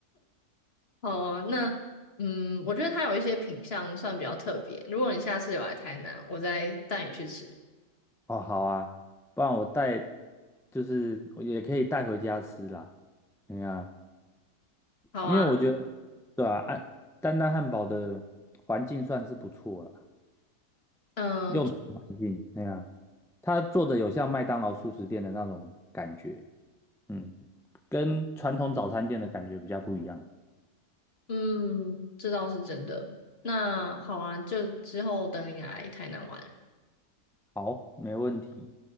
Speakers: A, on the left (about 40°); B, in the centre.
A: 好啊，那嗯，我觉得它有一些品相算比较特别。如果你下次有来台南，我再带你去吃。
B: 哦，好啊，不然我带就是我也可以带回家吃啦。哎呀，
A: 好啊，
B: 因为我觉得对啊，安丹丹汉堡的环境算是不错啦，
A: 嗯
B: 用餐环境，哎呀，它做的有像麦当劳速食店的那种感觉，嗯，跟传统早餐店的感觉比较不一样。
A: 嗯，这倒是真的。那好啊，就之后等你来台南玩。
B: 好，没问题。